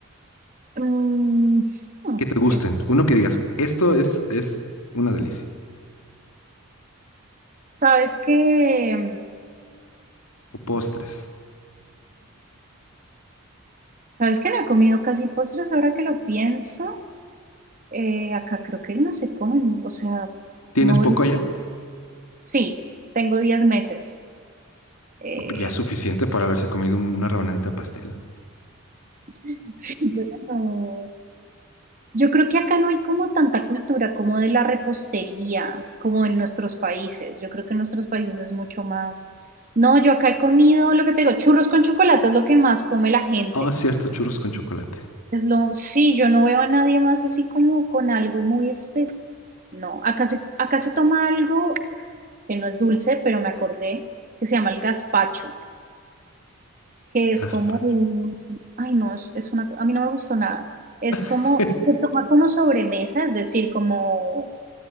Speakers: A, on the right; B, on the left.
A: Mm, hmm,
B: Que te gusten.
A: qué- bu-
B: Uno que digas, esto es, es una delicia.
A: ¿sabes que
B: O postres.
A: ¿Sabes que no he comido casi postres ahora que lo pienso? Eh, acá creo que no se comen, o sea,
B: ¿Tienes
A: no.
B: poco allá?
A: Sí, tengo 10 meses. Eh,
B: Ya es suficiente para haberse comido un- una rebanadita de pastel.
A: <laughs> Sí. yo no- Yo creo que acá no hay como tanta cultura como de la repostería, como en nuestros países. Yo creo que en nuestros países es mucho más. No, yo acá he comido lo que te digo, churros con chocolate es lo que más come la gente.
B: Ah, cierto, churros con chocolate.
A: Es lo, sí, yo no veo a nadie más así como con algo muy especial. No, acá se, acá se toma algo que no es dulce, pero me acordé que se llama el gazpacho. que
B: Gazpacho.
A: es como un, ay no, es, es una, co- a mí no me gustó nada. Es
B: <laughs>
A: como, se toma como sobremesa, es decir, como,